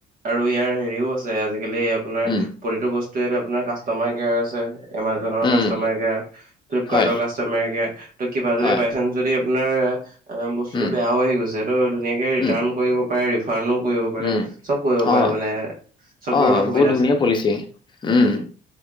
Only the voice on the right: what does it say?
আৰু ইয়াৰ হেৰিও আছে আজিকালি আপোনাৰ
প্ৰতিটো বস্তুে আপোনাৰ কাষ্টমাৰ কেয়াৰ আছে। এমাজনৰ
কাষ্টমাৰ কেয়াৰ ফ্লিপকাৰ্টৰ
কাষ্টমাৰ কেয়াৰ ত কিবা যদি
বাই চানস যদি নাই বস্তুটো
বেয়াও আহি গৈছে সেইটো ধুনীয়া কে ৰেটান
কৰিব পাৰি। ফাৰণো কৰিব পাৰে
চব কৰিব
পাৰে মানে। চব
ধৰণৰ সুবিধা
আছে